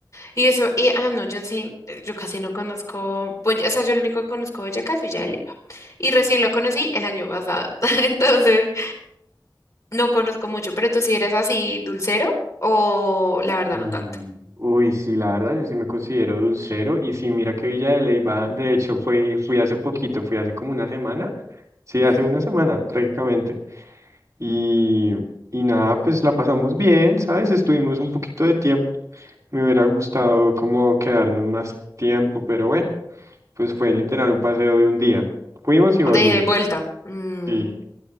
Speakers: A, on the left; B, on the right.
A: Y eso, y ah, no, yo sí, eh, yo casi no conozco, pues, ya- o sea, yo lo único que conozco de Boyacá es Villa de Leyva. Y recién lo conocí el año pasado. <laughs> Entonces, no conozco mucho, pero tú sí eres así dulcero o la verdad
B: Y,
A: no tanto.
B: uy, sí, la verdad, yo sí me considero dulcero. Y sí, mira que Villa de Leyva, de hecho, fui, fui hace poquito, fui hace como una semana. Sí,
A: Ujú.
B: hace una semana prácticamente. Y, y nada, pues la pasamos bien, ¿sabes? Estuvimos un poquito de tiempo. Me hubiera gustado como quedarnos más tiempo, pero bueno, pues fue literal un paseo de un día. Fuimos y volvimos.
A: O De ida y vuelta. Mm,
B: Sí.